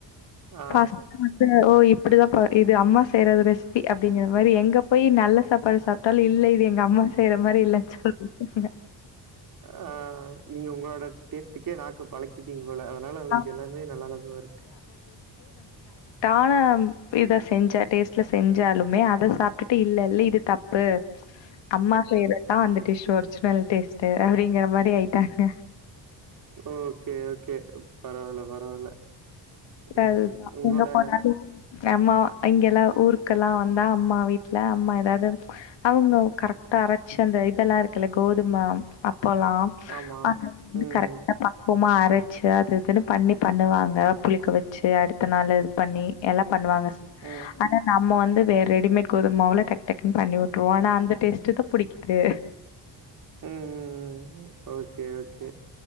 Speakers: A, on the right; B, on the left.
A: ஆ
B: பாஸ்ட்டா வந்த ஓய் அப்படிதான்பா இது அம்மா செய்யற ரெசிபி அப்படிங்கிற மாதிரி எங்க போய் நல்ல சாப்பாடு சாப்பிட்டாலும் இல்லை இது எங்க அம்மா செய்ற மாதிரி இல்லா சொல்லுங்க
A: ஆஹ் நீங்க உங்களோட டேஸ்ட்கே நாக்க பழக்கிட்டீங்க போல அதனால அவங்களுக்கு
B: ஆமா.
A: எல்லாமே நல்லாத மாதிரி இருக்கு
B: தாளம் இத செஞ்ச டேஸ்ட்டில செஞ்சாலுமே அதை சாப்பிட்டுட்டு இல்லை இல்லை இது தப்பு அம்மா செய்றதான் வது டிஷ் ஒரிஜினல் டேஸ்ட் அப்படிங்கற மாதிரி ஆயிட்டாங்க
A: ஓகே ஓகே பரவால்ல பரவால்ல
B: அப்பா
A: ம். உங்களோட
B: எங்க போனாலும் <inaudible> என் அம்மா இங்க எல்லாம் ஊருக்கெல்லாம் வந்தா அம்மா வீட்டுல அம்மா ஏதாவது அவங்க கரெக்டா அரைச்சு அந்த இதெல்லாம் இருக்குல்ல கோதுமை போலாம்
A: ஆமா.
B: ஆனா அங்க வந்து
A: ம்.
B: கரெக்டா பக்குவமா வெச்சி அது இது பண்ணி பண்ணுவாங்க புளி வச்சு அடுத்த நாள் இது பண்ணி எல்ல பண்ணுவாங்க
A: ம்.
B: ஆன ந நம்ம வந்து வேற ரெடிமேட் கோதுமவுல டக்கு டக்குன்னு பண்ணி விட்டுருோம் ஆனா அந்த டேஸ்ட்டு தான் பிடிக்குது
A: உம் ஓகே ஓகே